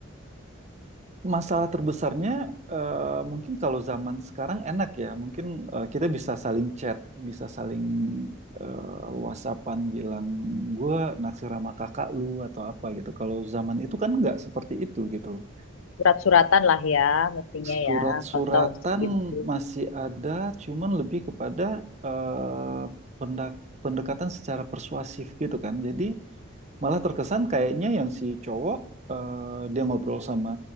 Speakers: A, on the right; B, on the left.
A: Masalah terbesarnya eh, mungkin kalau zaman sekarang enak ya, mungkin eh, kita bisa saling chat, bisa saling eh, WhatsAppan bilang gue naksir sama kakak lu atau apa gitu. Kalau zaman itu kan nggak seperti itu gitu. loh.
B: Surat-suratan lah ya, mestinya
A: Surat-suratan
B: ya, kalau tahun segitu.
A: masih ada, cuman lebih kepada eh, pendak- pendekatan secara persuasif gitu kan. Jadi Malah terkesan kayaknya yang si cowok eh, dia ngobrol sama